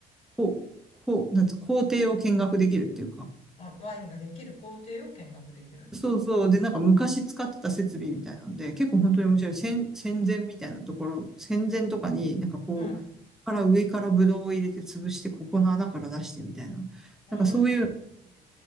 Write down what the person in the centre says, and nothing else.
こう、こう、なんつ工程を見学できるっていうか、
そうそう。で、なんか昔使ってた設備みたいなので、結構本当に面白い。戦、戦前みたいなところ、戦前とかになんかこう、
から上からブドウを入れて潰して、ここの穴から出してみたいな。
なんかそういう、